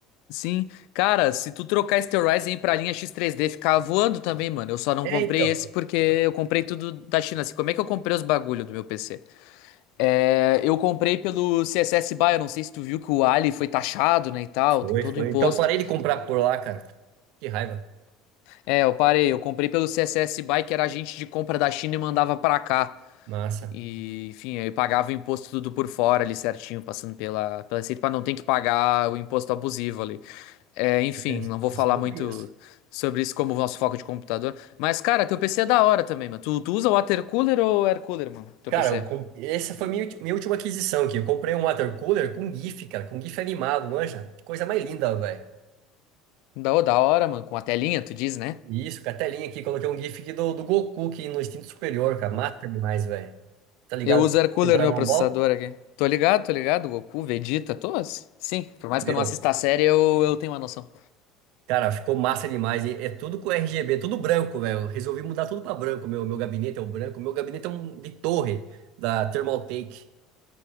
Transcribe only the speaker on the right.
É,
então.
Foi,
foi.
Então parei de comprar por lá, cara. Que raiva.
Massa.
É, Essa
essa eu não
conheço.
Cara,
eu com- essa foi minha, ulti- minha última aquisição aqui. Eu comprei um water cooler com GIF, cara, com GIF animado, manja. Que Coisa mais linda, velho.
Isso, com a telinha aqui, coloquei um GIF aqui do, do Goku aqui no instinto superior, cara. Massa demais, velho. Tá ligado?
com o Dragon
Ball?
Meu.
Cara, ficou massa demais. E é tudo com RGB, tudo branco, velho. Resolvi mudar tudo pra branco. Meu, meu gabinete é o branco. Meu gabinete é um de torre da Thermaltake.